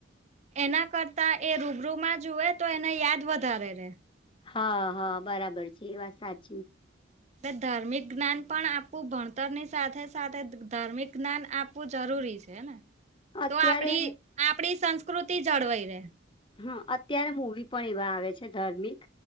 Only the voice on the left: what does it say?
હા, હા, બરાબર છે. એ વાત સાચી.
અત્યારે
હ અત્યારે મુવી પણ એવા આવે છે, ધાર્મિક